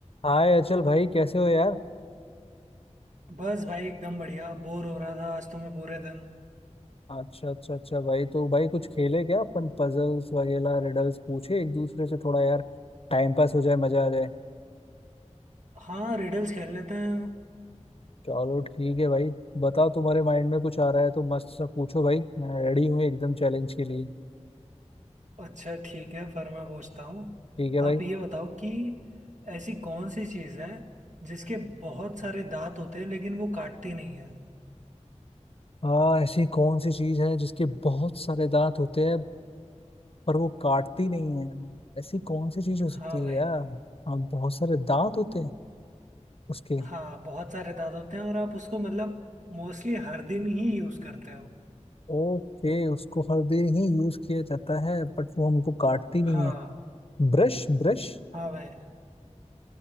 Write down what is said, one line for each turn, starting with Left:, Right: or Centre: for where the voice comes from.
Left: हाय अचल भाई कैसे हो यार
Right: बस भाई एकदम बढ़िया बोर हो रहा था आज तो मैं पूरे दिन
Left: अच्छा अच्छा अच्छा भाई तो भाई कुछ खेले क्या अपन पजल्स वगैरह रिडल्स पूछे एक दूसरे से थोड़ा यार टाइम पास हो जाए मजा आ जाए
Right: हाँ रिडल्स खेल लेते हैं
Left: चलो ठीक है भाई बताओ तुम्हारे माइंड में कुछ आ रहा है तो मस्त सा पूछो भाई मैं रेडी हूँ एकदम चैलेंज के लिए
Right: अच्छा ठीक है फिर मैं पूछता हूँ
Left: ठीक है भाई
Right: आप ये बताओ कि ऐसी कौन सी चीज़ है जिसके बहुत सारे दांत होते हैं लेकिन वो काटती नहीं है
Left: हाँ ऐसी कौन सी चीज है जिसके बहुत सारे दांत होते हैं पर वो काटती नहीं है ऐसी कौन सी चीज हो
Right: हाँ
Left: सकती है
Right: भाई
Left: यार हाँ बहुत सारे दांत होते हैं उसके
Right: हाँ बहुत सारे दांत होते हैं और आप उसको मतलब मोस्टली हर दिन ही यूज़ करते हो
Left: ओके उसको हर दिन ही यूज किया जाता है बट वो हमको काटती नहीं
Right: हाँ
Left: है Brush brush
Right: हाँ भाई